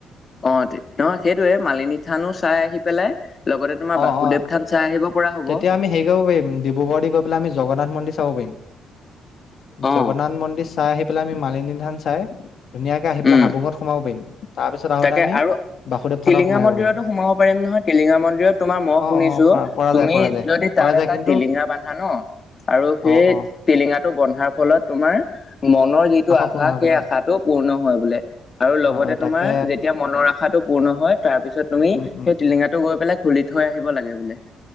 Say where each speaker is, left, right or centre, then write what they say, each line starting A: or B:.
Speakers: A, on the left; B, on the left.
A: অঁ তে অঁ সেইটোৱে, মালিনী থানো চাই আহি পেলাই- লগতে তোমাৰ
B: অ
A: বাসুদেৱ
B: অ
A: থান চাই আহিব পৰা হ'ব।
B: তেতিয়া আমি হেই <unintelligible> কৰিব পাৰিম ডিব্ৰুগড় দি গৈ পেলাই আমি জগন্নাথ মন্দিৰ চাব পাৰিম। জগন্নাথ
A: অ
B: মন্দিৰ চাই আহি পেলাই আমি মালিনী থান চাই ধুনীয়াকৈ আহি পেলাই
A: উম
B: হাবুঙত সোমাব পাৰিম। তাৰ পিছত আহোতে
A: তাকে
B: আমি
A: আৰু
B: বাসুদেৱ থানত
A: টিলিঙা
B: সোমাই আহিব
A: মন্দিৰতো
B: পাৰিম
A: সোমাব পাৰিম নহয়, টিলিঙা মন্দিৰত তোমাৰ মই
B: অ
A: শুনিছো,
B: অ পৰা পৰা যায়
A: তুমি
B: পৰা যায়
A: যদি
B: পৰা
A: তাত
B: যায়
A: এটা
B: কিন্তু
A: টিলিঙা বান্ধা ন আৰু সেই
B: অ অ
A: টিলিঙাটো বন্ধাৰ ফলত তোমাৰ মনৰ যিটো আশা
B: পূৰ্ণ হয়
A: সেই
B: বোলে
A: আশাটো পূৰ্ণ হয় বোলে। আৰু লগতে
B: হয় তাকে
A: তোমাৰ যেতিয়া মনৰ আশাটো পূৰ্ণ হয় তাৰ পিছত তুমি
B: উম
A: সেই
B: উম
A: টিলিঙাটো গৈ পেলাই খুলি থৈ আহিব লাগে বোলে।